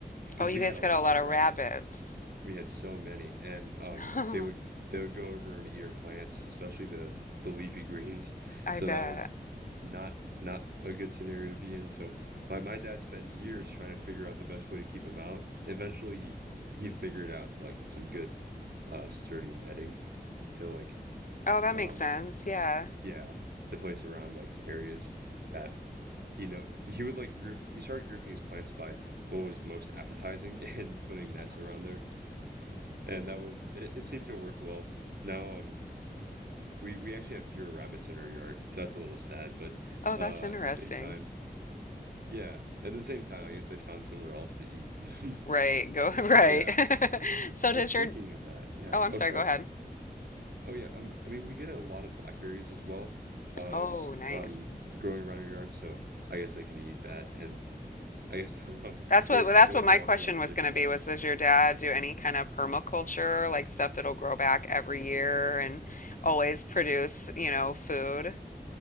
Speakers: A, on the right; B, on the left.
A: because
B: Oh, you
A: we
B: guys
A: had a
B: got
A: lot
B: a lot
A: of
B: of
A: rabbits.
B: rabbits.
A: We had so many, and um,
B: <laughs> I
A: they would they would go over and eat our plants, especially the the leafy greens.
B: bet.
A: So that was not not a good scenario to be in. So my my dad spent years trying to figure out the best way to keep them out. Eventually, he he figured out like some good uh sturdy netting to like
B: Oh, that makes
A: um
B: sense. Yeah.
A: yeah to place around like areas that he know he would like group he started grouping his plants by what was most appetizing <laughs> and putting nets around there and that was it, it seemed to work well. Now um we we actually have fewer rabbits in our yard, so that's a little sad, but
B: Oh, that's
A: uh
B: interesting.
A: at the same time, yeah, at the same time I guess they found somewhere else to eat.
B: Right.
A: <laughs>
B: Go <laughs> right.
A: Yeah.
B: <laughs> So does
A: But speaking
B: your
A: of that, yeah.
B: Oh, I'm
A: Oh,
B: sorry,
A: sorry.
B: go ahead.
A: Oh yeah, um I mean we get a lot of blackberries as well. Uh
B: Oh,
A: just
B: nice.
A: um growing around our yard, so I guess they can eat that and I guess <laughs> um
B: That's what
A: going
B: well, that's
A: going
B: what my
A: to walk
B: question
A: around our
B: was
A: neighborhood.
B: going to be was does your dad do any kind of permaculture, like stuff that'll grow back every year and always produce, you know, food?